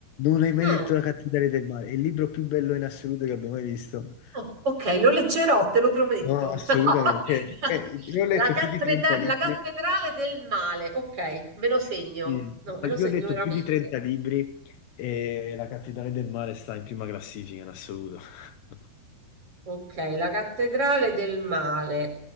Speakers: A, on the left; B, on the right.
A: Non hai mai
B: Ah.
A: letto La cattedrale del mare? È il libro più bello in assoluto che abbia mai visto.
B: Oh, ok, lo leggerò, te lo prometto.
A: No, assolutamente.
B: <laughs>
A: Cioè, eh, io ho letto
B: La cattreda-
A: più di 30 libri.
B: la cattedrale del male, ok, me lo segno.
A: Sì.
B: No, me lo segno
A: Io ho letto
B: veramente.
A: più di 30 libri e La cattedrale del mare sta in prima classifica in assoluto. <laughs>
B: Ok, la cattedrale del male.